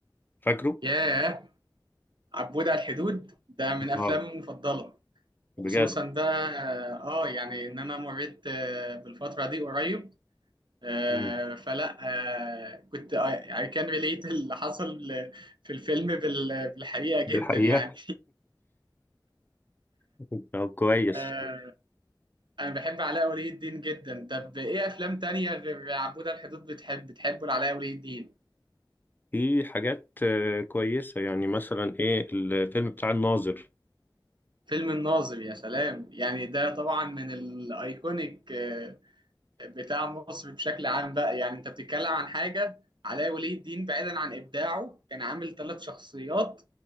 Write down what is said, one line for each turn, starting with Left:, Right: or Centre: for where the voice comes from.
Left: فاكره
Right: ياه عبود على الحدود ده من افلامي
Left: اه
Right: المفضله وخصوصا
Left: بجد
Right: بقى اه آه، يعني ان انا مريت آه، بالفتره دي قريب آه،
Left: مم.
Right: فلا آه، كنت اي كان ريليت اللي حصل في الفيلم بال- بالحقيقه جدا
Left: بالحقيقة
Right: يعني
Left: <laughs> طب كويس
Right: <laughs> آه، انا بحب علاء ولي الدين جدا طب ايه افلام تانية غير عبود على الحدود بتحب بتحبه لعلاء ولي الدين
Left: في حاجات آه، كويسة يعني مثلا ايه الفيلم بتاع الناظر
Right: فيلم الناظر يا سلام يعني ده طبعا من الايكونيك آه، بتاع مصر بشكل عام بقى يعني انت بتتكلم عن حاجه علاء ولي الدين بعيدا عن ابداعه كان عامل ثلاث شخصيات